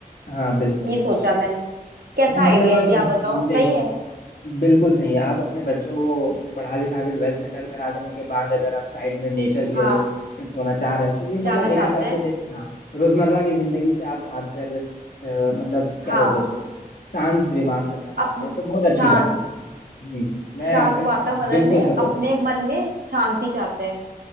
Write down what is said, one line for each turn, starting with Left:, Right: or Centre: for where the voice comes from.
Left: हाँ बिल्कुल
Right: ये सोचा है मैंने कैसा
Left: मतलब
Right: आइडिया है
Left: अब
Right: ये आप बताओ सही
Left: देखिए
Right: है
Left: बिल्कुल सही है आप अपने बच्चों को पढ़ा लिखा के वेल सेटल करा देने के बाद अगर आप साइड में नेचर की
Right: हाँ
Left: ओर शिफ्ट होना चाह रहे हैं तो ये मतलब
Right: जाना
Left: एक
Right: चाहते
Left: हिसाब से
Right: हैं
Left: देखें हाँ रोजमर्रा की जिंदगी से आप भाग कर अ, मतलब क्या
Right: हाँ
Left: बोलते हैं उसको शांत दिमाग करना चाहते
Right: अप
Left: हैं तो बहुत अच्छी
Right: शांत
Left: बात है ये जी मैं
Right: शांत
Left: आपके
Right: वातावरण
Left: बिल्कुल
Right: में
Left: सपोर्ट
Right: अपने
Left: करता
Right: मन
Left: हूँ
Right: में शांति चाहते हैं